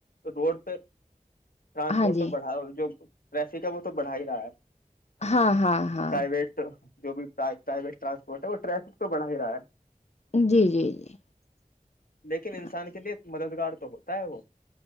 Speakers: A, on the left; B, on the left.
A: روڈ پہ ٹرانسپورٹ
B: ہاں جی
A: تو بڑھا اور جو رریسی کا وہ تو بڑھا ہی رہا ہے
B: ہاں ہاں ہاں
A: پرائیویٹ جو بھی پرویٹ ٹرانسپورٹ ہے وہ ٹریفک تو بنا ہی رہا ہے
B: جی جی جی
A: لیکن انسان
B: ہاں جی
A: کے لیے مددگار تو ہوتا ہے وہ